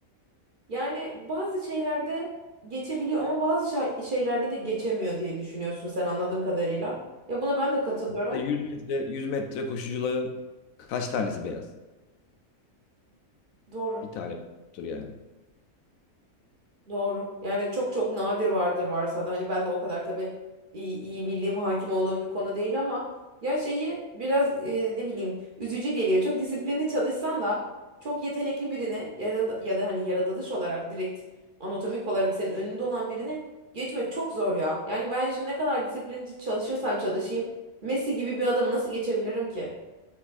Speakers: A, on the right; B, on the left.
A: Yani bazı şeylerde geçebiliyor ama bazı şa- şeylerde de geçemiyor diye düşünüyorsun sen anladığım kadarıyla. Ya buna ben de katılıyorum.
B: Mesela 100 metre 100 metre koşucuların kaç tanesi beyaz?
A: Doğru.
B: Bir tane tur yani.
A: Doğru. Yani çok çok nadir vardır varsa da hani ben de o kadar tabii iyi, iyi bildiğim hakim olduğum bir konu değil ama ya şeyi biraz e, ne bileyim üzücü geliyor. Çok disiplinli çalışsan da çok yetenekli birini ya da, ya da hani yaratılış olarak direkt anatomik olarak senin önünde olan birini geçmek çok zor ya. Yani ben şimdi ne kadar disiplinli çalışırsam çalışayım Messi gibi bir adamı nasıl geçebilirim ki?